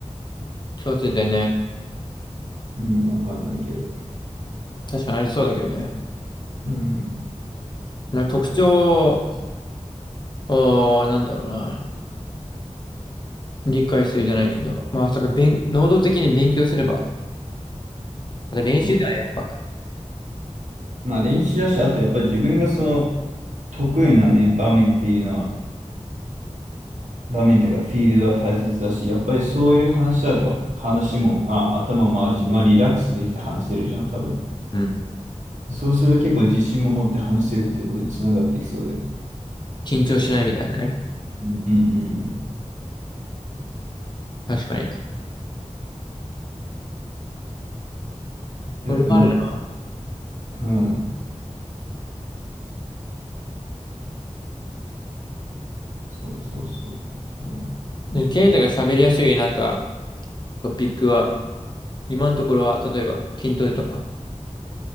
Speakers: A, on the left; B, on the right.
A: 共通点ね。
B: うん、わかんないけど。
A: 確かにありそうだけどね。
B: うん。
A: なんか特徴を、なんだろうな。理解するじゃないけど、まあ、まさか勉、能動的に勉強すれば、あと練習ではやっぱ、
B: そうそう。まあ練習だし、あとやっぱり自分がその得意なね、場面っていうのは、場面というかフィールドは大切だし、やっぱりそういう話だと話も、あ、頭もあるし、まあリラックスできて話せるじゃん、多分。
A: うん。
B: そうすると結構自信も持って話せるっていうことにつながってきそうだよね。
A: 緊張しないみたいなね。
B: うんうんうん。
A: 確かに。
B: だってま、
A: これはあるな。
B: うん。そうそうそうそう。
A: で、ケイタが喋りやすいなんかトピックは、今のところは、例えば筋トレとか、